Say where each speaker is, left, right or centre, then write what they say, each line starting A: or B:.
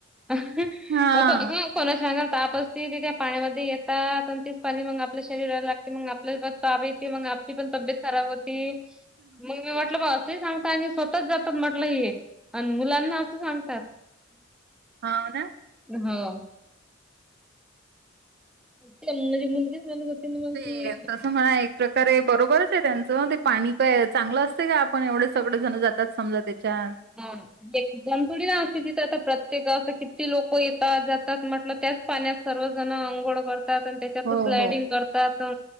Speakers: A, in the centre; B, on the right.
A: <unintelligible>
B: हां.
A: कोणाच्या अंगाला ताप असते तिथे पाण्यामध्ये येतात आणि तेच पाणी मग आपल्या शरीराला लागते. मग आपल्याला परत जावेची मग आपली, पण तब्येत खराब होती. मग मी म्हट असे सांगता आणि स्वतःच जातात म्हटलं, हे अन मुलांना असं सांगतात.
B: हा ना,
A: हो, तेन म्हणजे मुलगीच म्हणत होती. ना मग
B: ते
A: की
B: तस मला एक प्रकारे बरोबरच आहे. त्याचं ते पाणी काय चांगलं असते. का आपण एवढे सगळे जण जातात. समजा तेच्यात
A: हा ना, एकजण थोडी असते. तिथं आता प्रत्येक गावाच किती लोकं येतात जातात म्हटलं त्याच पाण्यात सर्वजण अंघोळ करतात, अन त्याच्यातच
B: हो
A: स्लायडिंग
B: हो
A: करतात.